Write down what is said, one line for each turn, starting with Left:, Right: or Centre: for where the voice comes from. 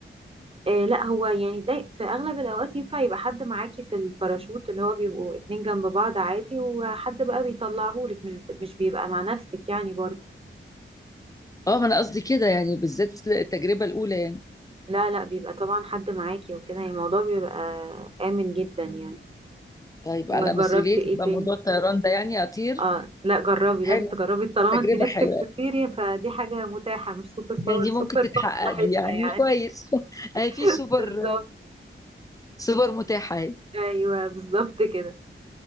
Right: آه لا هو يعني ده في اغلب الاوقات ينفع يبقى حد معاكي في الباراشوت اللي هو بيبقوا اتنين جنب بعض عادي وحد بقى بيطلعهولك مش مش بيبقى مع نفسك يعني برضه
Left: اه ما انا قصدي كده يعني بالذات التجربه الاولى يعني
Right: لا لا بيبقى طبعا حد معاكي وكده يعني الموضوع بيبقى آمن جدا يعني
Left: طيب
Right: وجربت
Left: على مسؤوليتك
Right: ايه
Left: بقى
Right: تاني
Left: موضوع الطيران ده يعني اطير
Right: اه لا جربي
Left: حلو
Right: لازم تجربي طالما
Left: تجربه
Right: انت نفسك
Left: حلوه
Right: تطيري فدي حاجة متاحة مش سوبر
Left: يعني
Right: باور
Left: دي
Right: سوبر
Left: ممكن
Right: باور
Left: تتحقق
Right: لا حتة
Left: دي يعني
Right: يعني
Left: كويس <laughs> اهي في
Right: <laughs>
Left: سوبر
Right: بالظبط
Left: سوبر متاحه اهي
Right: ايوه بالظبط كده